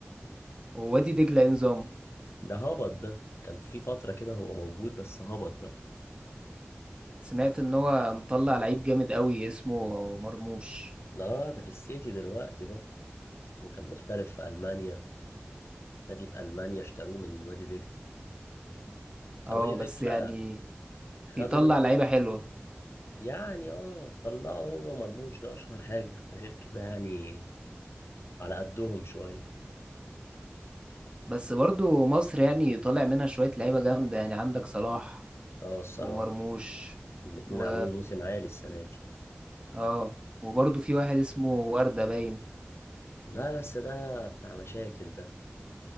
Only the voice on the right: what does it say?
ووادي دجلة إيه نظامه؟
سمعت ان هو مطلع لعيب جامد قوي اسمه مرموش
اه
بس يعني
بيطلع
لعيبة حلوة
بس برضو مصر يعني طالع منها شوية لعيبة جامدة يعني عندك صلاح
ومرموش
و
اه وبرضو في واحد اسمه وردة باين